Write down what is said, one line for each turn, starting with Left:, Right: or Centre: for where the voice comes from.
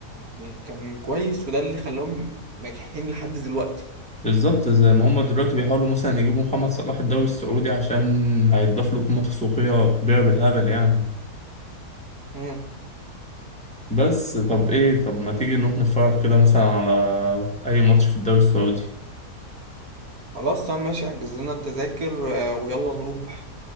Right: يعني كان كويس وده اللي خلاهم ناجحين لحد دلوقتي
Centre: بالظبط زي ما هما دلوقتي بيحاولوا مثلا يجيبوا محمد صلاح الدوري السعودي عشان هيضاف له قيمة تسويقية كبيرة بالهبل يعني
Right: مم.
Centre: بس طب ايه طب ما تيجي نروح نتفرج كده مثلا على أي ماتش في الدوري السعودي
Right: خلاص تمام ماشي احجز لنا التذاكر آه، ويلا نروح